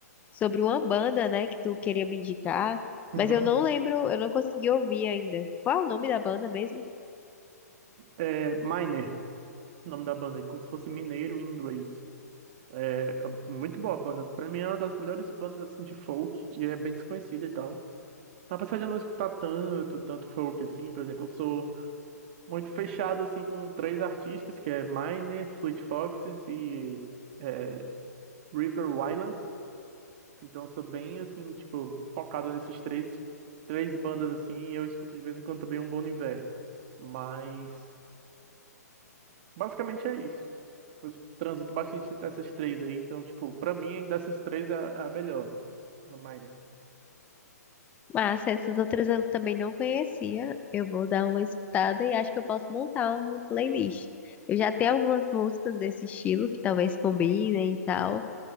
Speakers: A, on the left (about 15°); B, on the right (about 35°).
A: sobre uma banda, né, que tu queria me indicar,
B: Uhum.
A: mas eu não lembro, eu não consegui ouvir ainda. Qual é o nome da banda mesmo?
B: É Miner, o nome da banda, é como se fosse mineiro em inglês. É é muito boa a banda. Pra mim é uma das melhores bandas assim de folk e é bem desconhecida e tal. Apesar de eu não escutar tanto, tanto folk assim, por exemplo, eu sou muito fechado assim com três artistas, que é Miner, Fleet Foxes e é, River Wireless. Então eu sou bem assim, tipo, focado nesses três, três bandas assim, e eu escuto de vez em quando também um Bon Iver. Mas Basicamente é isso. Eu transito bastante entre essas três aí. Então, tipo, pra mim, dessas três é a, a melhor. A Miner.
A: Mas essas outras eu também não conhecia. Eu vou dar uma escutada e acho que eu posso montar uma playlist. Eu já tenho algumas músicas desse estilo que talvez combinem e tal.